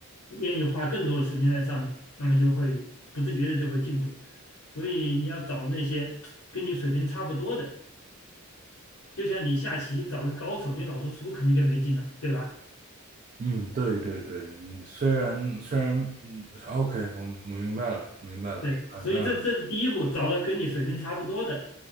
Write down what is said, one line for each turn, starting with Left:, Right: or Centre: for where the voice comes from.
Left: 愿意花更多的时间在上面，那么就会不自觉的就会进步。所以你要找那些跟你水平差不多的，就像你下棋找个高手，你老是输肯定就没劲了，对吧？
Right: 嗯，对对对，嗯虽然虽然嗯，OK，我我明白了，明白了，
Left: 对，
Right: 啊，
Left: 所以这这是第一步，
Right: 那
Left: 找到跟你水平差不多的，